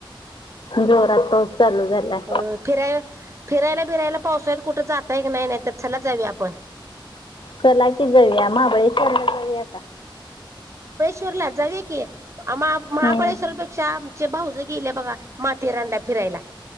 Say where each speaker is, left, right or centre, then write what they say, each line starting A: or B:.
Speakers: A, on the left; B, on the right.
A: जोरात पाऊस चालू झालाय.
B: अं फिराय फिरायला बिरायला पावसाळ्यात कुठं जाताय की नाही? नाही तर चला जाऊया आपण.
A: चला की जाऊया. महाबळेश्वरला जाऊया का?
B: टूरला जाऊ या की महा महाबळेश्वरपेक्षा-
A: हम्म
B: चे भाऊजय गेलिए बघा माथेरानला फिरायला.